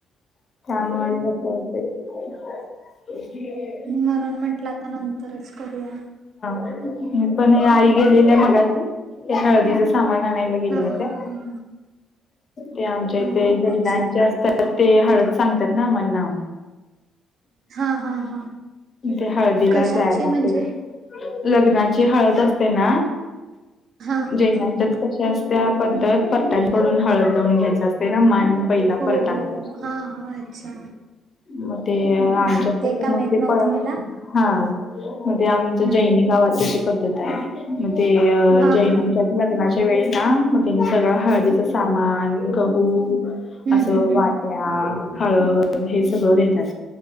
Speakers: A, on the left; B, on the right.
A: त्यामुळे असं होतंय.
B: म्हणून म्हंटलं आता नंतरच करूया.
A: हा मी पण आई गेलेल्या
B: हा
A: मगाशी ते हळदीचच आम्हाला नाही गेल्या
B: हा
A: होत्या
B: हा हा
A: ते आमच्या
B: हा.
A: इथे जैनाच्या
B: अच्छा
A: तर ते हळद सांगतात ना आम्हाला
B: हा हा हा
A: ते हळदीला
B: कशाची
A: जायला लागते
B: म्हणजे
A: लग्नाची हळद असते ना
B: हा
A: जैनाच्यात
B: हा
A: कशी असते पद्धत पध्दत प पट
B: हो हो
A: अस
B: हो हा हा अच्छा
A: मग ते आमच्या
B: हम्म,
A: <unintelligible>
B: ते का माहित नव्हतं मला
A: हा मज आमच
B: हम्म.
A: जैनी गावातशी पद्धत आहे. मग ते
B: हा हा
A: जैनाच्यात लग्नाच्या वेळी ना मग त्यांनी सगळं हळदीच सामान, गहू
B: हम्म
A: असं
B: हम्म हम्म
A: वाट्या हळद हे सगळं देतात